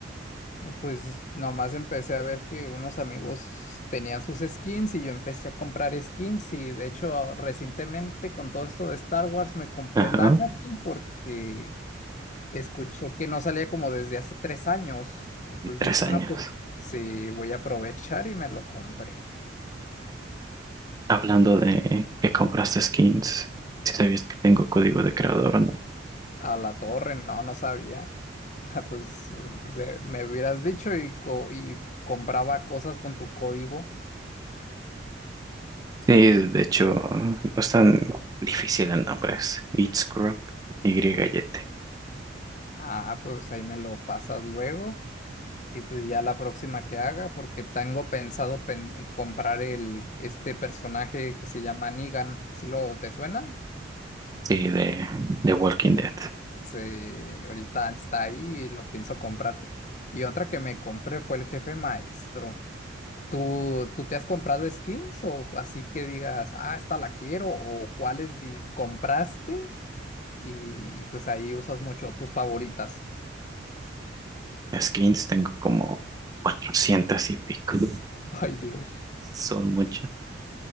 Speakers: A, on the left (about 40°); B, on the right (about 20°).
A: Y pues nomás empecé a ver que unos amigos tenían sus skins y yo empecé a comprar skins y de hecho recientemente con todo esto de Star Wars me compré
B: Ajá,
A: el Anakin porque Escuché que no salía como desde hace tres años y pues
B: y tres
A: dije, no,
B: años.
A: pues sí, voy a aprovechar y me lo compré.
B: Hablando de que compraste skins, si sabías que tengo código de creador, ¿no?
A: A la torre, no, no sabía. <laughs> Ah, Pues de- me hubieras dicho y, co- y compraba cosas con tu código.
B: Sí, de hecho, no es tan difícil el nombre, es It's Croc, Y-Y-T,
A: Ah, pues ahí me lo pasas luego y pues ya la próxima que haga, porque tengo pensado pen- comprar el, este personaje que se llama Negan. si lo te suena?
B: sí, de, de Walking Dead.
A: Sí, ahorita está ahí y lo pienso comprar. Y otra que me compré fue el jefe maestro. ¿Tú, tú te has comprado skins o así que digas, ah, esta la quiero o cuáles di- compraste y pues ahí usas mucho tus favoritas?
B: skins, tengo como 400 y pico.
A: <laughs> Ay, Dios.
B: Son muchas.